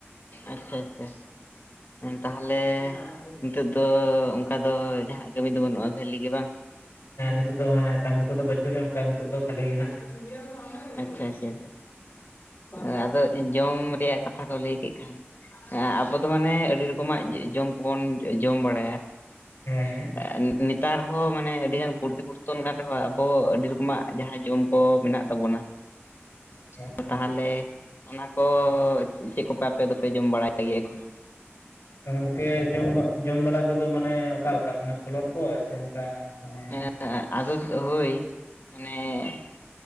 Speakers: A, on the left; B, on the left.
A: ᱟᱪᱪᱷᱟ-ᱟᱪᱪᱷᱟ, ᱛᱟᱦᱞᱮ ᱱᱤᱛᱚᱜ ᱫᱚ, ᱚᱱᱠᱟ ᱫᱚ, ᱡᱟᱦᱱᱟᱜ ᱠᱟᱹᱢᱤ ᱫᱚ ᱵᱟᱹᱱᱩᱜᱼᱟ, ᱠᱷᱟᱹᱞᱤ ᱜᱮ ᱵᱟᱝ?
B: ᱦᱮᱸ, ᱱᱤᱛᱚᱜ ᱫᱚ, ᱦᱮᱸ, ᱠᱟᱹᱢᱤ ᱠᱚᱫᱚ ᱫᱚ ᱵᱟᱹᱪᱩᱜ <unintelligible> ᱱᱤᱛᱚᱜ ᱫᱚ ᱠᱷᱟᱞᱤ ᱜᱮ ᱦᱟᱸᱜ᱾
A: <inaudible> ᱟᱪᱪᱷᱟ -ᱟᱪᱪᱷᱟ, <inaudible> ᱟᱫᱚ, ᱡᱚᱢ, ᱨᱮᱭᱟᱜ ᱠᱟᱛᱷᱟ ᱠᱚ ᱞᱟᱹᱭ ᱮ, ᱟᱠᱚ ᱫᱚ ᱢᱟᱱᱮ, ᱟᱹᱰᱤ ᱨᱚᱠᱚᱢᱟᱜ ᱡᱚᱢ ᱠᱚᱵᱚᱱ ᱡᱚᱢ ᱵᱟᱲᱟ ᱭᱟ᱾
B: ᱦᱮᱸ ᱦᱮᱸ
A: ᱮᱸ, ᱮ, ᱱᱮᱛᱟᱨ ᱦᱚᱸ ᱢᱟᱱᱮ, ᱟᱹᱰᱤ ᱜᱟᱱ <unintelligible> <unintelligible> ᱠᱟᱱ ᱨᱮᱦᱚᱸ, ᱟᱵᱚ ᱟᱹᱰᱤ ᱨᱚᱠᱚ ᱢᱟᱜ ᱡᱟᱦᱟᱸ ᱡᱚᱢ ᱠᱚ ᱢᱮᱱᱟᱜ ᱛᱟᱵᱚᱱᱟ᱾
B: <unintelligible>
A: ᱛᱟᱦᱚᱞᱮ, ᱚᱱᱟ ᱠᱚ, ᱪᱮᱜ ᱠᱚᱯᱮ, ᱟᱯᱮ ᱫᱚᱯᱮ ᱡᱚᱢ ᱵᱟᱲᱟᱭ, ᱜᱮ ᱮᱠᱷᱚᱱᱚ᱾
B: ᱜᱚᱝᱠᱮ, ᱡᱚᱢ, ᱡᱚᱢ ᱵᱟᱞᱟ ᱠᱚᱫᱚ ᱢᱟᱱᱮ ᱚᱠᱟᱞᱮᱠᱟ, ᱢᱟᱱᱮ, ᱯᱷᱚᱞᱚᱱ ᱠᱚ, ᱥᱮ ᱚᱱᱠᱟ, ᱢᱟᱱᱮ
A: ᱟᱹ, ᱟᱹ, ᱟᱫᱚ ᱦᱳᱭ, ᱢᱟᱱᱮᱼᱼ